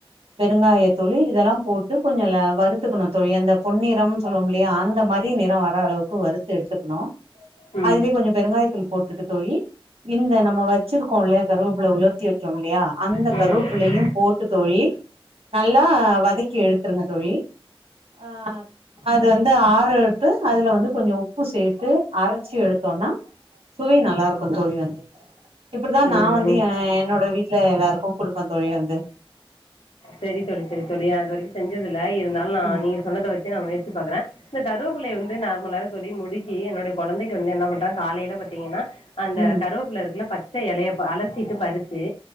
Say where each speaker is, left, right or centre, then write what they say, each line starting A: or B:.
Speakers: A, on the right; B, on the left.
A: பெருங்காய தூளு இதெல்லா போட்டு கொஞ்ச வருத்துக்கணு தோழி அந்த பொன்னிறம் சொல்லுவோ இல்லையா அந்த மாரி நிற வர அளவுக்கு வருத்து எடுத்துக்கணு
B: ம்
A: அதுலே கொஞ்ச பெருங்காய தூள் போட்டுட்டு தோழி இந்த நம்ம வச்சிருக்கோ இல்லயா கருவப்புல உலர்த்தி வச்சோ இல்லையா அந்த
B: ம்
A: கருவப்புல்லயு போட்டு தோழி நல்லா வதக்கி எடுத்துருங்க தோழி ஆ அது வந்து ஆற விட்டு அதுல வந்து கொஞ்ச உப்பு சேத்து அரச்சு எடுத்தோம்னா சுவை நல்லார்க்கு தோழி வந்து இப்டிதா
B: ம்
A: நா வந்து
B: ம்
A: அ என்னோட வீட்ல எல்லாருக்கு குடுப்பே தோழி வந்து
B: செரி தோழி செரி தோழி நா இது வரைக்கு செஞ்சதில்ல இருந்தாலு நா
A: ம்
B: நீங்க சொன்னத வெச்சு நா முயற்சி பாக்குறே இந்த கருவேப்பிளைய வந்து நார்மலாவே தோழி முடிக்கி என்னோடைய கொழந்தைக்கு வந்து என்ன பண்ற காலைல பாத்தீங்கன்னா அந்த
A: ம்
B: கருவேப்ல இருக்குல்ல பச்ச எலைய அலசிட்டு பறிச்சி